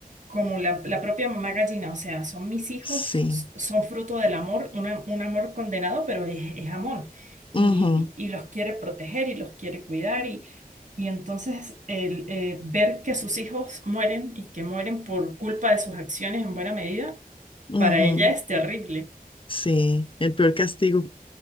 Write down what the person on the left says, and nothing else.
Sí,
ujú,
ujú,
Sí, el peor castigo.